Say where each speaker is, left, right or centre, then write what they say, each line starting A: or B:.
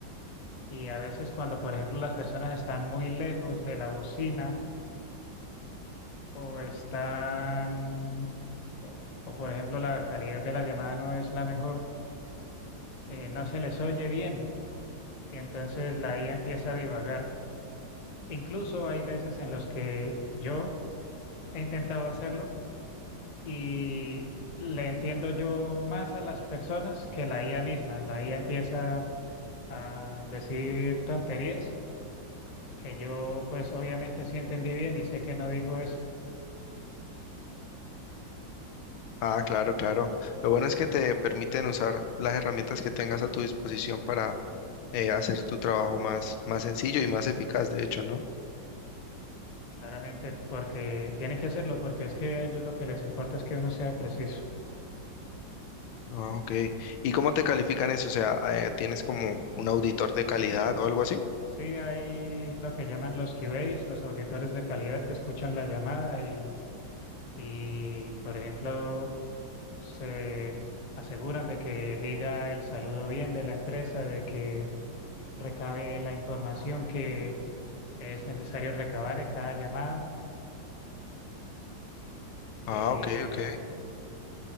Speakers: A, on the left; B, on the left.
A: y a veces cuando, por ejemplo, las personas están muy lejos de la bocina o están, o, o, por ejemplo, la calidad de la llamada no es la mejor, eh, no se les oye bien y entonces la IA empieza a divagar. Incluso hay veces en los que yo he intentado hacerlo y le entiendo yo más a las personas que la IA misma. La IA empieza a decir tonterías que yo pues obviamente sí entendí bien y sé que no dijo eso,
B: Ah, claro, claro. Lo bueno es que te permiten usar las herramientas que tengas a tu disposición para eh, hacer tu trabajo más, más sencillo y más eficaz, de hecho, ¿no?
A: claramente porque tienen que hacerlo, porque es que a ellos lo que les importa es que uno sea preciso.
B: Ah, ok. ¿Y cómo te califican eso? O sea, eh, ¿tienes como un auditor de calidad
A: Sí,
B: o algo así?
A: sí, hay lo que llaman los QAs, los auditores de calidad que escuchan la llamada y, y por ejemplo, se aseguran de que diga el saludo bien de la empresa, de que recabe la información que es necesario recabar en cada llamada, que,
B: Ah, ok, ok.